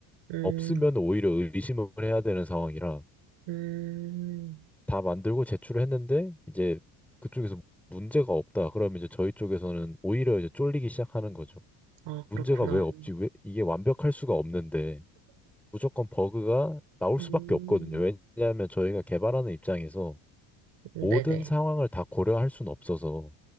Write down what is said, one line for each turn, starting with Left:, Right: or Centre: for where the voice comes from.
Right: 음,
Centre: 없으면 오히려 의심을 해야 되는 상황이라
Right: 음,
Centre: 다 만들고 제출을 했는데 이제 그쪽에서 문제가 없다. 그러면 이제 저희 쪽에서는 오히려 이제 쫄리기 시작하는 거죠.
Right: 아,
Centre: 문제가
Right: 그렇구나.
Centre: 왜 없지? 왜 이게 완벽할 수가 없는데 무조건 버그가 나올
Right: 음,
Centre: 수밖에 없거든요. 왜냐하면 저희가 개발하는 입장에서
Right: 네네.
Centre: 모든 상황을 다 고려할 수는 없어서